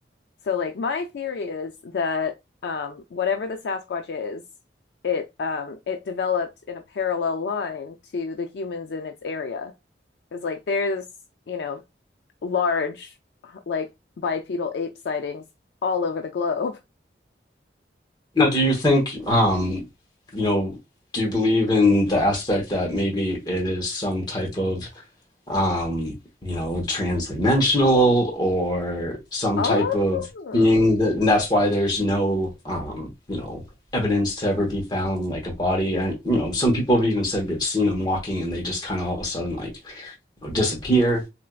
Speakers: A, on the left; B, on the left.
A: So, like, my theory is that um, whatever the Sasquatch is, it um, it developed in a parallel line to the humans in its area. Because, like, there's you know large like bipedal ape sightings all over the globe.
B: now do you think um you know do you believe in the aspect that maybe it is some type of um, you know, transdimensional or some
A: Oh,
B: type of being that, and that's why there's no, um, you know, evidence to ever be found like a body. And, you know, some people have even said they've seen them walking and they just kind of all of a sudden like you know, disappear.